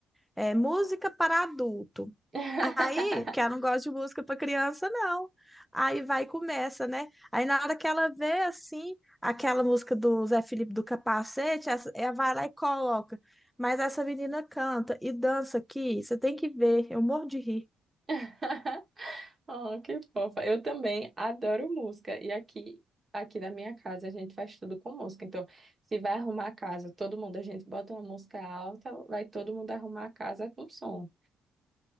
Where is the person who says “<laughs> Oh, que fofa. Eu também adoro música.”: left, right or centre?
Right